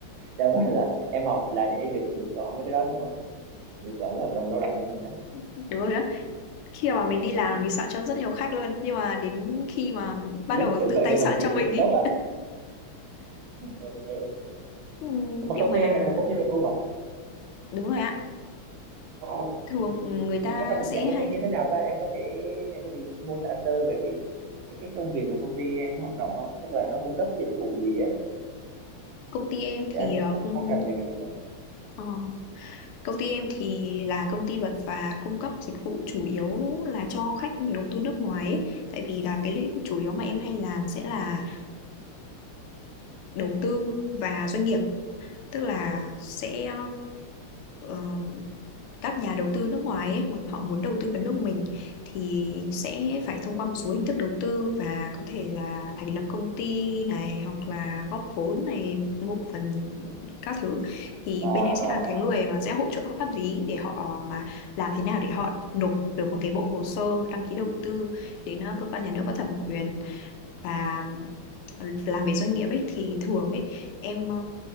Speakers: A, on the right; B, on the left.
A: đâu phải là em học là để được được soạn mấy cái đó đúng không để soạn cái hợp đồng lao động cho mình đó
B: Đúng rồi đó. Khi mà mình đi làm mình soạn cho rất nhiều khách luôn, nhưng mà đến khi mà bắt
A: lúc
B: đầu
A: tự
B: tự
A: soạn
B: tay
A: cho
B: soạn
A: mình thì
B: cho mình
A: <laughs>
B: ý.
A: khớp à ok
B: Ừ,
A: mà
B: Nhưng
A: công
B: mà
A: ty em là một công ty luật luôn hả
B: đúng rồi ạ.
A: Ờ,
B: Thường
A: Ừ,
B: người ta
A: nó là một
B: sẽ
A: dạng
B: hay
A: công ty như thế nào ta em có thể em có thể mô tả sơ về cái cái cái công việc mà công ty em hoạt động không tức là nó cung cấp dịch vụ gì á
B: công ty em thì
A: thì anh
B: ờ,
A: cũng không
B: cũng
A: không rành về ngành luật đó
B: ờ, công ty em thì là công ty luật và cung cấp dịch vụ chủ yếu là cho khách đầu tư nước ngoài ấy. Tại vì là cái lĩnh chủ yếu mà em hay làm sẽ là đầu tư và doanh nghiệp tức là sẽ ờ, các nhà đầu tư nước ngoài ấy, mà họ muốn đầu tư vào nước mình thì sẽ phải thông qua một số hình thức đầu tư và có thể là thành lập công ty này hoặc là góp vốn này mua cổ phần các thứ thì
A: à à
B: bên em sẽ là cái
A: à
B: người mà sẽ hỗ trợ pháp lý để họ mà làm thế nào để họ nộp được một cái bộ hồ sơ đăng ký đầu tư đến ờ, cơ quan nhà nước có thẩm quyền và làm về doanh nghiệp ấy thì thường ấy em ờ,